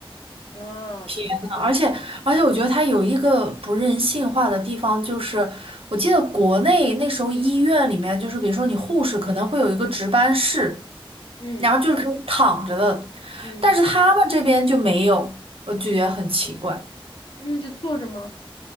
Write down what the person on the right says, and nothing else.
嗯而且而且，我觉得他有一个不人性化的地方，就是我记得国内那时候医院里面，就是比如说你护士可能会有一个值班室。
然后就是可以躺着的，
但是他们这边就没有，我就觉得很奇怪。